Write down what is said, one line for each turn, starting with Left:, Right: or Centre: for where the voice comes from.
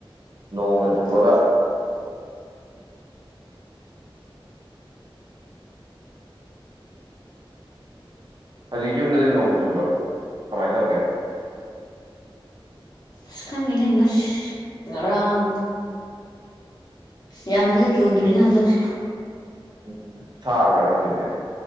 Right: ꯅꯣꯡꯒ ꯆꯨꯕꯒ
Left: ꯍꯣꯏ
Right: ꯍꯧꯖꯤꯛ ꯌꯨꯝꯗꯗꯤ ꯅꯣꯡ ꯆꯨꯗ꯭ꯔꯣ ꯀꯃꯥꯏꯅ ꯇꯧꯒꯦ
Left: ꯁꯨ ꯈꯥꯡꯅꯤꯅ ꯍꯅꯁꯤ ꯉꯥꯔꯥꯡ ꯌꯥꯝ ꯆꯣꯡꯗꯅꯤ ꯌꯥꯗꯁ
Right: ꯎꯝ ꯁꯥꯕ꯭ꯔꯦ ꯍꯧꯖꯤꯛꯇꯦ